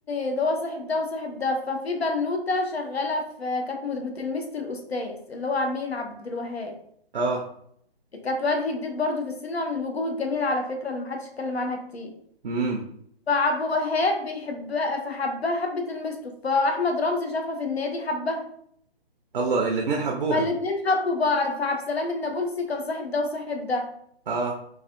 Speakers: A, on the left; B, on the right.
A: اللي هو صاحب ده وصاحب ده ففي بنوته شغاله في كانت مد- تلميذه الاستاذ اللي هو مين عبد الوهاب
B: اه
A: كانت وجه جديد برضو في السينما من الوجوه الجميله على فكره اللي محدش اتكلم عنها كتير
B: امم
A: فعبد الوهاب بيحبها فحبها حبة المستو فأحمد رمزي شافها في النادي حبها
B: الله الاتنين حبوها
A: فالاتنين حبوا بعض فعبد السلام النابلسي كان صاحب ده وصاحب ده
B: اه